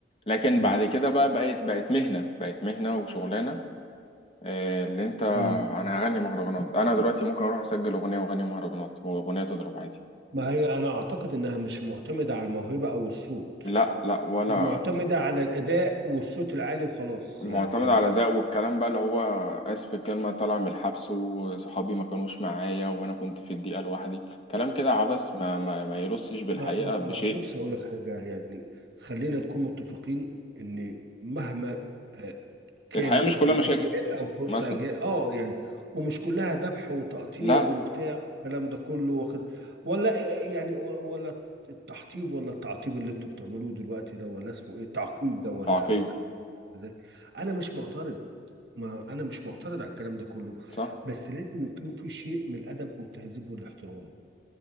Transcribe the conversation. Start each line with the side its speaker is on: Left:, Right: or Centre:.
Left: لكن
Right: مم.
Left: بعد كده بقى بقت بقت مهنة بقت مهنة وشغلانة آه، اللي انت
Right: مم.
Left: انا هغني مهرجانات انا دلوقتي ممكن اروح اسجل اغنية واغني مهرجانات واغنية تضرب عادي
Right: ما هي انا اعتقد انها مش معتمدة على الموهبة او الصوت
Left: لا لا ولا
Right: معتمدة على الأداء والصوت العالي وخلاص
Left: معتمد
Right: يعني أنا
Left: على ده والكلام بقى اللي هو اسف في الكلمة طالع من الحبس وصحابي ما كانوش معايا وانا كنت في الضيقة لوحدي كلام كده عبث ما ما, ما يرصش بالحقيقة
Right: ما ما
Left: بشيء
Right: ما بص أقول لك حاجة يعني خلينا نكون متفقين إن مهما آه، كان
Left: الحياة مش كلها
Right: الأجيال
Left: مشاكل
Right: أو خمس
Left: مثلا
Right: أجيال أه يعني ومش كلها ذبح وتقطيع
Left: لا
Right: وبتاع الكلام ده كله واخد ولا إيه- يعني و- ولا التحطيب ولا التعطيب اللي انتوا بتعملوه دلوقتي ده ولا اسمه ايه التعقيد ده ولا
Left: تعقيد
Right: واخد ازاي انا مش معترض ما انا مش معترض على الكلام ده كله
Left: صح
Right: بس لازم يكون في شيء من الادب والتهذيب والاحترام